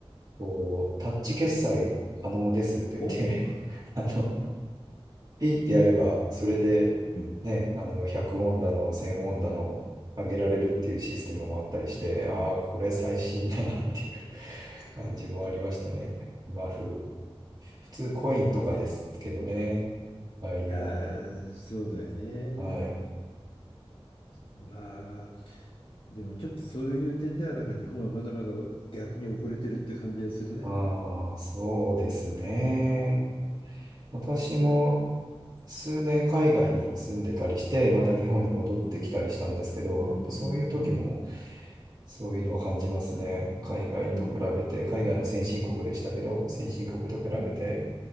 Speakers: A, on the right; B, on the left.
A: こう、タッチ決済可能ですって言って
B: おお。<laughs>
A: <laughs> あの、ピーってやれば、それで、
B: うん
A: ね、あの、100ウォンだの、1000ウォンだの、上げられるっていうシステムもあったりして、ああ、これ最新だなっていう <laughs> 感じもありましたね。今風。普通コインとかですけどね、
B: いや、
A: ああいうのって。
B: あーそうだよね。
A: はい。
B: まあ、でもちょっとそういう点では、なんか日本はまだまだ逆に遅れてるって感じはするね。
A: ああ、そうですね。私も数年海外に住んでたりして、また日本に戻ってきたりしたんですけど、
B: うん。うんうんう
A: やっぱそういう時もそういうのは感じますね。海外と比べて、
B: んうん
A: 海外の先進国でしたけど、先進国と比べて、
B: うん